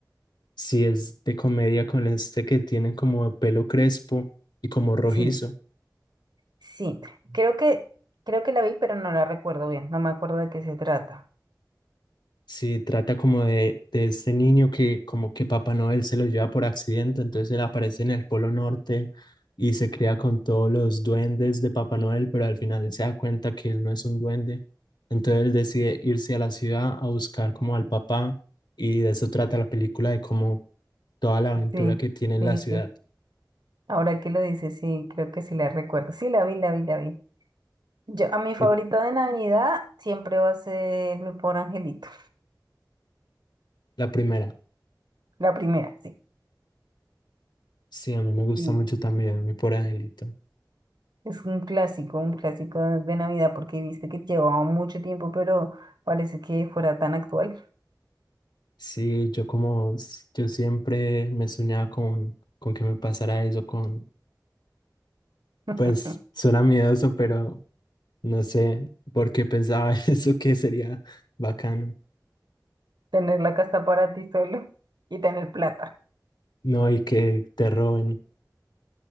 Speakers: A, on the left; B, on the right.
A: Sí, es de comedia con este que tiene como pelo crespo y como rojizo.
B: Sí, sí. Creo que, creo que la vi, pero no la recuerdo bien. No me acuerdo de qué se trata.
A: Sí, trata como de, de este niño que como que Papá Noel se lo lleva por accidente, entonces él aparece en el Polo Norte y se crea con todos los duendes de Papá Noel, pero al final él se da cuenta que él no es un duende, entonces él decide irse a la ciudad a buscar como al papá y de eso trata la película, de como toda la aventura
B: Sí,
A: que tiene en
B: sí,
A: la ciudad.
B: sí. Ahora que lo dices, sí, creo que sí la recuerdo. Sí, la vi, la vi, la vi. Yo, a mi favorita
A: Y
B: de Navidad siempre va a ser Mi Pobre Angelito.
A: la primera,
B: La primera, sí.
A: sí, a mí me gusta
B: Sí,
A: mucho también, mi por Angelito.
B: Es un clásico, un clásico de Navidad, porque viste que llevaba mucho tiempo, pero parece que fuera tan actual.
A: Sí, yo como, s- yo siempre me soñaba con, con que me pasara eso, con,
B: <laughs>
A: pues suena miedoso, pero no sé por qué pensaba <laughs> eso que sería bacano,
B: Tener la casa para ti solo y tener plata.
A: no, y que te roben,